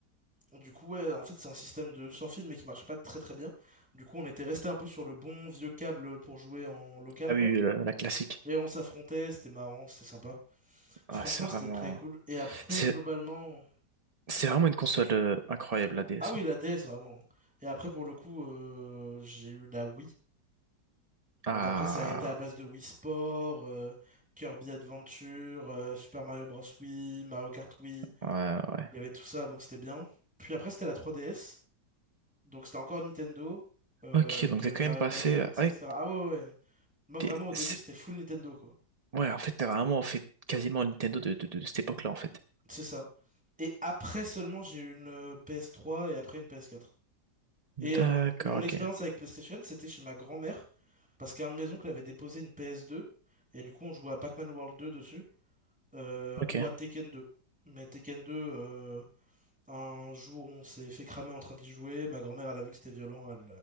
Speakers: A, in the centre; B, on the right (about 50°).
A: euh, du coup, ouais, en fait, c'est un système de sans fil, mais qui marchait pas très très bien. Du coup, on était resté un peu sur le bon vieux câble pour jouer en local,
B: Ah
A: quoi.
B: oui, oui, la, la classique.
A: Et on s'affrontait, c'était marrant, c'était sympa. Franchement,
B: Ah, c'est vraiment.
A: c'était très cool. Et après,
B: C'est
A: globalement.
B: C'est vraiment une console euh, incroyable, la DS.
A: Ah oui,
B: hein.
A: la DS, vraiment. Et après, pour le coup, euh, j'ai eu la Wii. Donc
B: Ah,
A: après, ça a été à base de Wii Sport, euh, Kirby Adventure, euh, Super Mario Bros. Wii, Mario Kart Wii.
B: ouais, ouais.
A: Il y avait tout ça, donc c'était bien. Puis après, c'était la 3DS. Donc c'était encore Nintendo, euh,
B: Ok,
A: avec
B: donc
A: euh,
B: t'es quand
A: Mario
B: même passé...
A: Maker, tout ça,
B: avec
A: etc. Ah ouais, ouais. ouais. Moi,
B: t'es-
A: vraiment, au début,
B: c'est-
A: c'était full Nintendo, quoi.
B: Ouais, en fait, t'as vraiment fait quasiment le Nintendo de, de- de cette époque-là, en fait.
A: C'est ça. Et après seulement, j'ai eu une euh, PS3 et après une PS4.
B: D'accord,
A: Et euh, mon
B: ok,
A: expérience avec PlayStation, c'était chez ma grand-mère, parce qu'un de mes oncles avait déposé une PS2, et du coup on jouait à Pac-Man World 2 dessus, euh,
B: ok.
A: ou à Tekken 2. Mais Tekken 2, euh, un jour on s'est fait cramer en train d'y jouer, ma grand-mère elle a vu que c'était violent, elle,